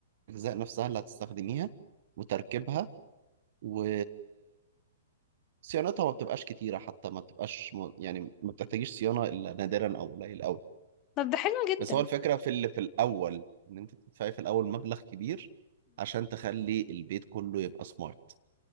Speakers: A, on the right (about 55°); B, on the left (about 35°).
A: الاجزاء نفسها اللي هتستخدميها وتركيبها و صيانتها ما بتبقاش كتيرة حتى ما بتبقاش م- يعني ما بتحتاجيش صيانة إلا نادرا أو قليل أوي
B: طب ده حلو جدا
A: بس هو الفكرة في اللي في الأول إن أنت بتدفعي في الأول مبلغ كبير عشان تخلي البيت كله يبقى سمارت